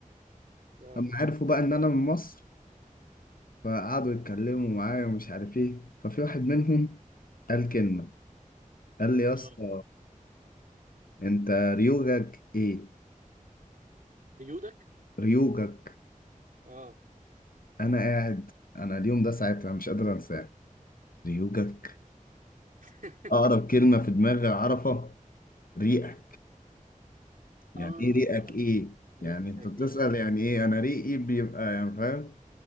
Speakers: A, on the right; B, on the left.
A: اه
B: اما عرفوا بقى ان انا من مصر فقعدوا يتكلموا معايا ومش عارف ايه ففي واحد منهم قال كلمة قال لي يا اسطى
A: اه
B: انت ريوجك ايه
A: ريودك
B: ريوجك
A: اه
B: انا قاعد انا اليوم ده ساعتها مش قادر انساه ريوجك
A: <laughs>
B: اقرب كلمة في دماغي اعرفها ريقك يعني
A: اه
B: ايه ريقك
A: لا لا
B: ايه
A: هي
B: يعني
A: دي
B: انت
A: اك
B: بتسأل
A: دي اه
B: يعني ايه انا ريقي بيبقى يعني فاهم